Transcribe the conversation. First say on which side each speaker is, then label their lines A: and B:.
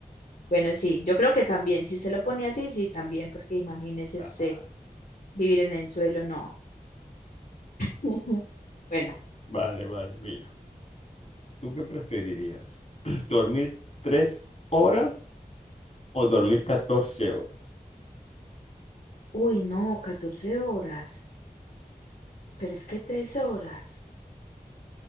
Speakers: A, on the left (about 70°); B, on the left (about 45°).
A: Bueno, sí, yo creo que también, si usted lo pone así, sí, también, porque imagínese
B: Ah.
A: usted vivir en el suelo, no. <laughs> Bueno,
B: Vale, vale, mira. ¿Tú qué preferirías? <clears throat> ¿Dormir tres horas o dormir 14 horas?
A: uy, no, 14 horas, pero es que 3 horas,